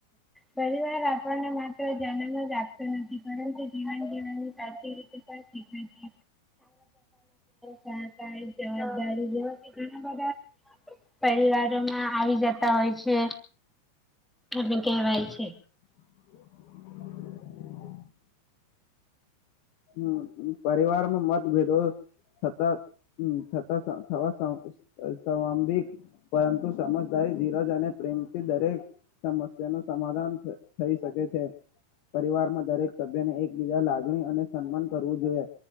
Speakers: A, in the centre; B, on the left.
A: પરિવાર આપણને માત્ર જન્મ જ આપતો નથી પરંતુ જીવન જીવવા ની સાચી રીત પણ શીખવે છે. <unintelligible> જવાજદારી જેવા ઘણા બધા. પરિવારો માં આવી જતા હોય છે. એને કેહેવાય છે.
B: <inaudible> હમ પરિવારમાં મતભેદો. થતા, થતા થવા સ્વાભિક. પરંતુ સમજદારી ધીરજ અને પ્રેમથી દરેક સમસ્યા નું સમાધાન થઈ શકે છે. પરિવારમાં દરેક સભ્ય ને એકબીજા લાગણી અને સન્માન કરવું જોઈએ